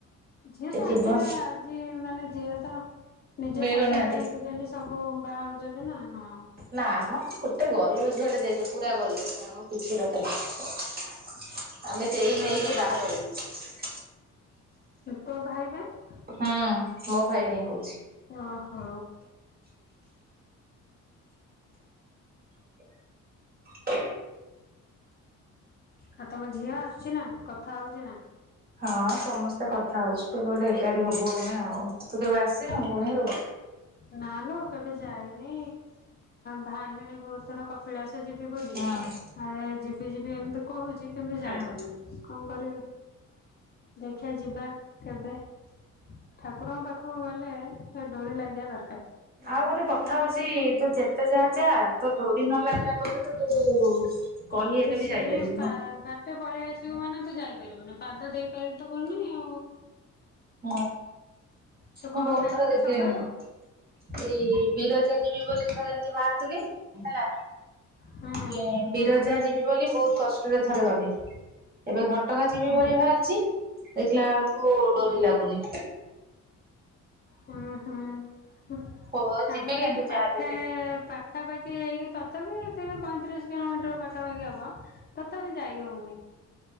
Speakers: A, on the left (about 35°); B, on the right (about 30°).
A: ଝିଅ
B: କିଏ
A: ତ
B: ଥିବ
A: ଆଜି ଆଜି ମାନେ ଝିଅ ତ ନିଜ
B: ମିଳୁନାହାନ୍ତି।
A: ପସନ୍ଦରେ ଆଜିକାଲି ସବୁ ବାହା ହଉଛନ୍ତି ନା।
B: ନା ମ ଗୋଟେ ଗରିବ ଝିଅ ଟେ ଦେଖେ ପୁରା ଗରିବ ଝିଅ ଆମ କିଛି <unintelligible> ନାହିଁ। ଆମେ ଦେଇ ନେଇକି ବାହା କ <unintelligible>
A: ତୋ ଭାଇ ପାଇଁ
B: ହୁଁ ମୋ ଭାଇ ପାଇଁ କହୁଚି?
A: ଓହୋ
B: ହ
A: ଆଉ ତମ ଝିଅ ଆସୁଛି ନା କଥା ହଉଛି ନା?
B: ହଁ ସମସ୍ତେ କଥା ହଉଛି କେବେ ଗୋଟେ ଏକାଠି ହବୁ ଆମେ ଆଉ, ତୁ କେବେ ଆସିନୁ ପୁଣି ଘରକୁ?
A: ନା ଲୋ କେବେ ଯାଇନି ବାହାରିଲିଣି ବହୁତ୍ ଥର କପିଳାସ ଯିବି ବୋଲି
B: ହଁ
A: ଆ ଯିବି ଯିବି ଏମିତି କହୁଛି କିନ୍ତୁ
B: ହଁ
A: ଯାଇପାରୁନି, କଣ କରିବି? ଦେଖିବା ଯିବା କେବେ। ଠାକୁରଙ୍କ ପାଖକୁ ଗଲେ ସେ ଡୋରି ଲାଗିବା ଦରକା
B: ଆଉ ଗୋଟେ କଥା ହଉଚି, ତୁ ଯେତେ ଯାହା ଚାହ୍ ତୋ ଡୋରି ନ ଲାଗିଲା ପର୍ଯ୍ୟନ୍ତ ତୁ
A: ହୁଁ
B: କହିହେଲେ
A: ତ ସେଇ
B: ବି ଯାଇପାରିବୁନୁ।
A: ବା-ବାଟେ ପଳେଇଆ ମାନେ ତୁ ଯାଇପାରିବୁନି ପାଦ ଦେଇପାରି ତ ବନି ଆଉ।
B: ହଁ
A: ତୁ କଣ
B: ମୁଁ ବହୁତ
A: ଖାଇଥିଲୁ
B: ଥର ଦେଖିଲିଣି।
A: ସକାଳୁ?
B: ସେଇ ବିରଜା ଯିବି ବୋଲି ଥରେ ଏମିତି ବାହାରିଥିଲି। ହେଲା
A: ହୁଁ
B: ଇଏ
A: ହୁଁ
B: ବିରଜା ଯିବି ବୋଲି ବହୁତ କଷ୍ଟରେ ଥରେ ଗଲି। ଏବେ ଘଟଗାଁ ଯିବି
A: ହୁଁ
B: ବୋଲି ବାହାରିଛି ଦେଖିଲା ବେଳକୁ
A: ହୁଁ
B: ଡୋରି ଲାଗୁନି।
A: ହୁଁ ହୁଁ।
B: ହୋ
A: ଆମର
B: ଯିବି କିନ୍ତୁ
A: ଏଇଠି ପାଖେ
B: ଯାହାବି ହେଲେ
A: ପାଖାପାଖି ହେଇକି ତଥାପିି ତିରି ପଇଁତିରିଶ କିଲୋମିଟର ବା ବାଗିଆ ହବ ତଥାପି ଯାଇ ହଉନି।